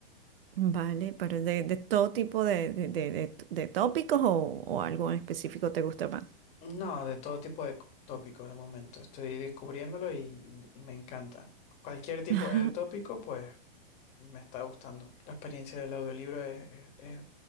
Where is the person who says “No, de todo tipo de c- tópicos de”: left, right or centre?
Left